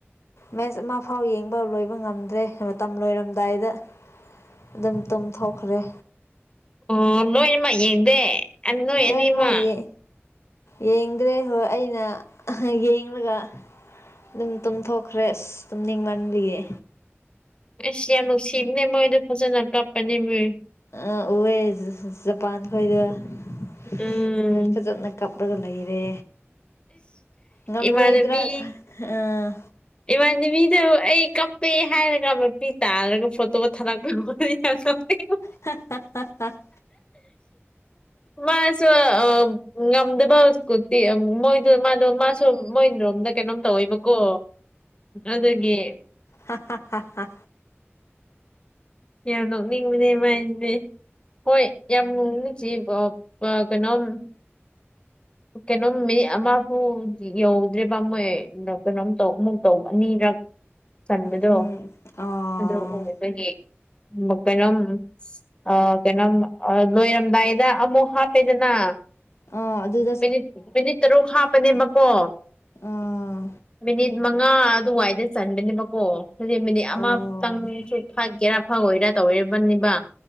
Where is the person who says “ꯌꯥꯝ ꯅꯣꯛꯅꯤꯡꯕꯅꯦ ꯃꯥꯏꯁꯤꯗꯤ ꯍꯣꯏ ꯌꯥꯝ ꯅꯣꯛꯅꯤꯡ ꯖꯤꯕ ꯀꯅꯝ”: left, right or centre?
Left